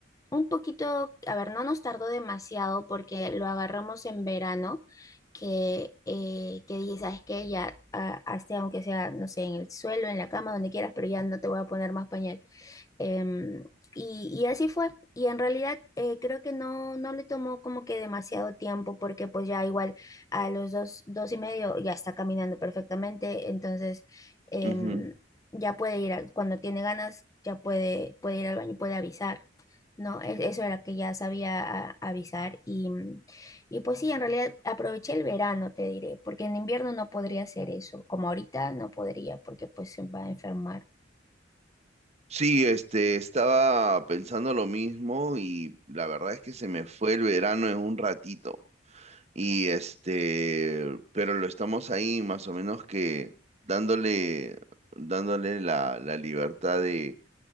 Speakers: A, on the left (about 20°); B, on the right (about 35°).
A: un poquito, a ver, no nos tardó demasiado porque lo agarramos en verano, que, eh, que dije, ¿sabes qué? Ya, ah, hazte aunque sea, no sé, en el suelo, en la cama, donde quieras, pero ya no te voy a poner más pañal. Em, y, y así fue. Y en realidad eh, creo que no, no le tomó como que demasiado tiempo porque pues ya igual a los dos, dos y medio ya está caminando perfectamente. Entonces em,
B: Ujú.
A: ya puede ir, al- cuando tiene ganas, ya puede, puede ir al baño, puede avisar. No, E- eso era que ya sabía a- avisar y, mm, y pues sí, en realidad aproveché el verano, te diré, porque en invierno no podría hacer eso, como ahorita no podría, porque pues se va a enfermar.
B: Sí, este, estaba pensando lo mismo y la verdad es que se me fue el verano en un ratito. Y este, pero lo estamos ahí más o menos que dándole, dándole la, la libertad de,